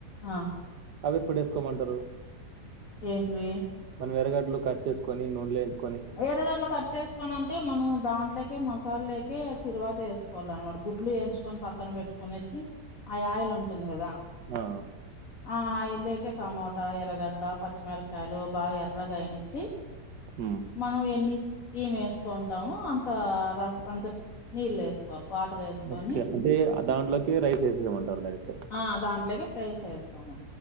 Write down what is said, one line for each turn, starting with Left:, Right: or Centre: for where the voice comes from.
Left: ఆ
Right: అవి ఎప్పుడు వేసుకోమంటారు
Left: ఏంటివి
Right: మనం ఎర్రగడ్డలు కట్ చేసుకుని నూనెలో వేయించు
Left: ఎరగడ్లు ఖర్చు చేసుకొన్నా వనంటే మనం దాంట్లోకే మ మసాలేకే తిరువాత వేసుకోవాలి అనమాట గుడ్లు వేంచుకొని పక్కన పెట్టుకుని ఆ ఆయిల్ ఉంటుంది కదా
Right: ఆ,
Left: ఆ ఇళకి టొమోటా ఎరగడ్ల పచ్చిమిరకాయలు బాగా ఎర్రగా అయినిచ్చి
Right: ఉమ్.
Left: మనం ఎన్ని గీమ్ వేసుకుంటాము అంత అంత నీళ్ళు వేసుకోవాలి వాటర్ వేసుకొని
Right: ఓకే అంటే దాంట్లోకి రైస్ వేసేదనమాట డైరెక్ట్
Left: ఆ దాంట్లోకి రైస్ వేస్తాము